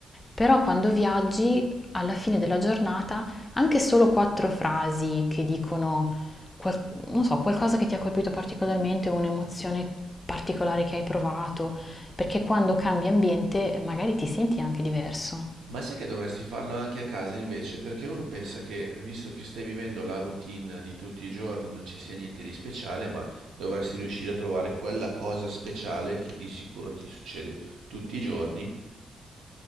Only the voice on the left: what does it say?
Però quando viaggi, alla fine della giornata, anche solo quattro frasi che dicono, qual- non so, qualcosa che ti ha colpito particolarmente, un'emozione particolare che hai provato, perché quando cambi ambiente magari ti senti anche diverso.